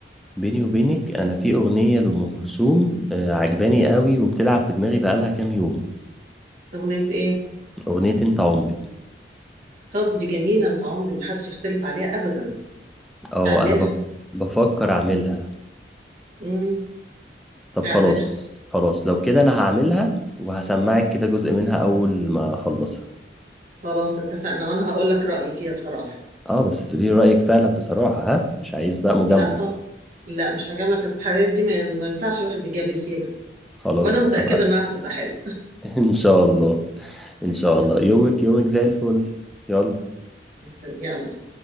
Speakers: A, in the centre; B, on the right.
A: بيني وبينك انا في اغنيه لام كلثوم آه، عجباني قوي وبتلعب في دماغي بقالها كام يوم
B: اغنيه ايه
A: اغنيه انت عمري
B: طب دي جميله انت عمري ما حدش يختلف عليها ابدا
A: اه
B: اعملها
A: انا بف- بفكر اعملها
B: امم
A: طب
B: اعملها
A: خلاص خلاص لو كده انا هعملها وهسمعك كده جزء منها اول ما اخلصها
B: خلاص اتفقنا وانا هقول لك رأيي فيها بصراحة
A: اه بس تقولي لي رأيك فعلا بصراحة ها مش عايز بقى مجاملة
B: لا طب لا مش هجاملك اصل الحاجات دي ما ما ينفعش الواحد يجامل فيها
A: خلاص
B: وانا متأكدة
A: اتفقنا
B: انها هتبقى حلوة
A: <laughs> ان شاء الله ان
B: اتفقنا
A: شاء الله يومك يومك زي الفل يلا
B: يلا